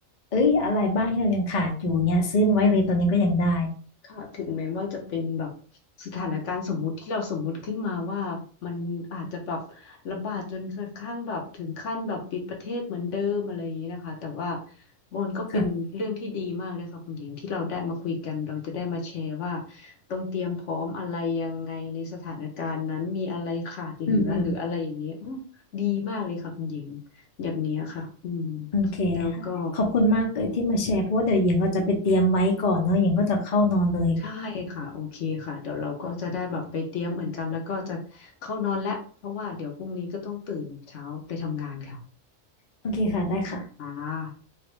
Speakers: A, on the left; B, on the left.
A: เอ้ยอะไรบ้างที่เรายังขาดอยู่เงี้ยซื้อมาไว้เลยตอนนี้ก็ยังได้
B: อืม ค่ะถึงแม้ว่าจะเป็นแบบสถานการณ์สมมุติที่เราสมมุติขึ้นมาว่ามันอาจจะแบบระบาดจนกระทั่งแบบถึงขั้นแบบปิดประเทศเหมือนเดิมอะไรอย่างนี้นะคะแต่ว่ามันก็เป็นเรื่องที่ดีมากเลยค่ะคุณหญิงที่เราได้มาคุยกันเราจะได้มาแชร์ว่า
A: ค่ะ
B: ต้องเตรียมพร้อมอะไรยังไงในสถานการณ์นั้นมีอะไรขาดเหลือหรืออะไรอย่างนี้ยอื้อดีมากเลยค่ะคุณหญิง
A: อืมอืม
B: แบบเนี้ยค่ะอืม
A: โอเคค่ะขอบคุณมากเลยที่มาแชร์เพราะว่าเดี๋ยวหญิงก็จะไปเตรียมไว้ก่อนเนอะหญิงก็จะเข้านอนเลย
B: แล้วก็ ใช่ค่ะโอเคค่ะเดี๋ยวเราก็จะได้แบบไปเตรียมเหมือนกันแล้วก็จะเข้านอนแล้วเพราะว่าเดี๋ยวพรุ่งนี้ก็ต้องตื่นเช้าไปทำงานค่ะ
A: โอเคค่ะได้ค่ะ
B: อ่า